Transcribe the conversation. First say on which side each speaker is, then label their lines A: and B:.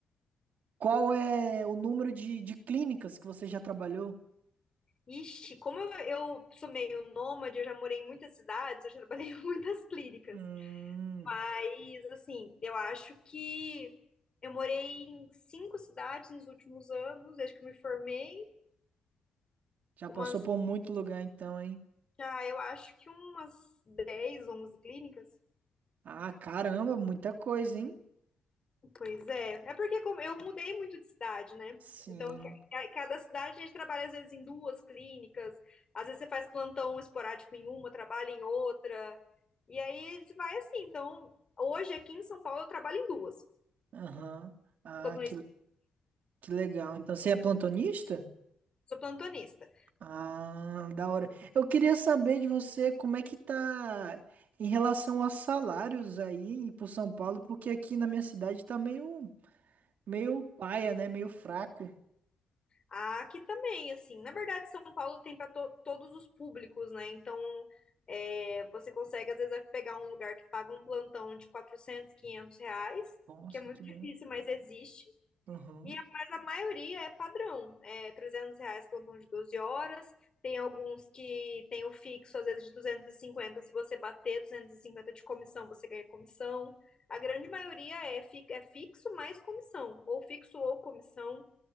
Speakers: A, on the right; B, on the left.
A: qual é o número de, de clínicas que você já trabalhou?
B: Ixi, como eu, eu sou meio nômade, eu já morei em muitas cidades, eu já trabalhei em <laughs> muitas clínicas.
A: Hum,
B: Mas, assim, eu acho que eu morei em cinco cidades nos últimos anos, desde que eu me formei.
A: já
B: Umas,
A: passou por muito lugar então, hein?
B: já, eu acho que umas 10, 11 clínicas.
A: Ah, caramba, muita coisa, hein?
B: Pois é. É porque como eu mudei muito de cidade, né?
A: Sim.
B: Então, ca- ca- cada cidade a gente trabalha às vezes em duas clínicas, às vezes você faz plantão esporádico em uma, trabalha em outra. E aí você vai assim. Então, hoje aqui em São Paulo eu trabalho em duas.
A: Aham. Ah,
B: Sou plantonista.
A: que, que legal. Então você é plantonista?
B: Sou plantonista.
A: Ah, da hora. Eu queria saber de você como é que tá em relação a salários aí em- pro São Paulo, porque aqui na minha cidade tá meio, meio paia, né? Meio fraco.
B: Ah, Aqui também, assim, na verdade, São Paulo tem para todos os públicos, né? Então, é, você consegue, às vezes, pegar um lugar que paga um plantão de 400 500 reais,
A: Nossa,
B: que é muito
A: que
B: difícil,
A: bom.
B: mas existe.
A: Aham.
B: E, a- mas a maioria é padrão, é 300 reais plantão de 12 horas, tem alguns que tem o fixo, às vezes, de 250 se você bater 250 de comissão, você ganha comissão. A grande maioria é, fi- é fixo mais comissão, ou fixo ou comissão.